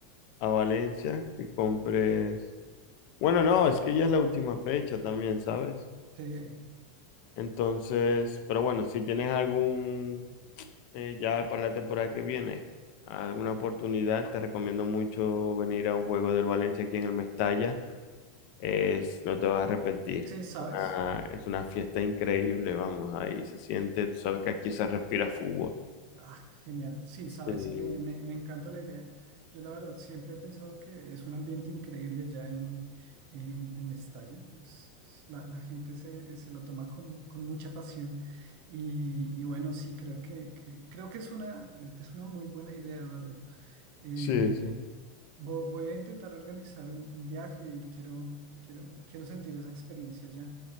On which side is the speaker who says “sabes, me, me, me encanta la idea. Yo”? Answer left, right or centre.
Right